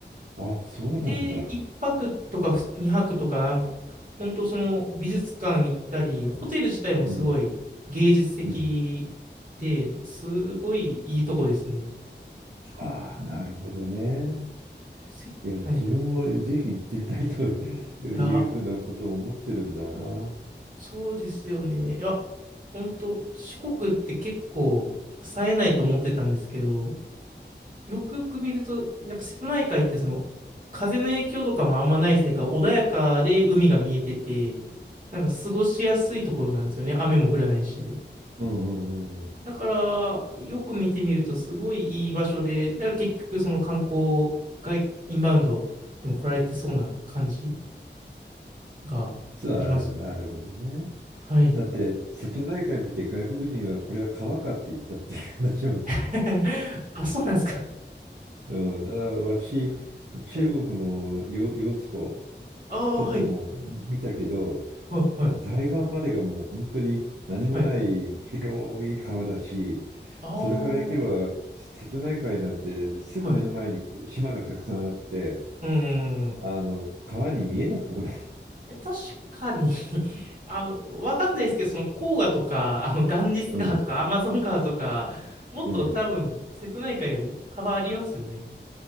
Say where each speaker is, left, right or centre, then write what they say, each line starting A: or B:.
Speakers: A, on the right (about 70°); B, on the right (about 45°).
A: うん。あ、そうなんだ。
B: で、1泊とか2泊とかなん、本当その美術館行ったり、ホテル自体もすごい芸術的
A: うんうん。
B: で、なんかすごいいいとこですね。
A: ああ、なるほどね。
B: せ、
A: いや、自分もぜひ行ってみたいというふうなことを思ってるんだな。
B: はい。いや、そうですよね。いや、本当四国って結構冴えないと思ってたんですけど、よくよく見ると、やっぱ瀬戸内海ってその風の影響とかもあんまないせいか、穏やかで海が見えてて、なんか過ごしやすいところなんですよね。雨も降らないしで。
A: うんうんうんうん。
B: だから、よく見てみるとすごいいい場所で、だから結局その観光外、インバウンドでも来られてそうな感じがあります。
A: さあ、なるほどね。
B: はい。
A: だって瀬戸内海見て外国人はこれは川かって言ったっていう話も、
B: <laughs> あ、そうなんですか。
A: うん、だ私中国のよ揚子湖
B: はい。ああ、
A: とかも見たけど
B: はい。はい、はい、
A: 対岸までがもう本当に何もない広い川だしそれから行けば瀬戸内海なんてすぐ目の前に島がたくさんあって
B: はい。ああ、はい。うんうんうん。
A: あの川に見えなくもない。
B: え確かに <laughs> あの、わかんないですけど、その黄河とか、あの、ガンジス川とか、
A: うん
B: アマゾン川とか、もっと多分、
A: うん
B: 瀬戸内海より幅ありますよね。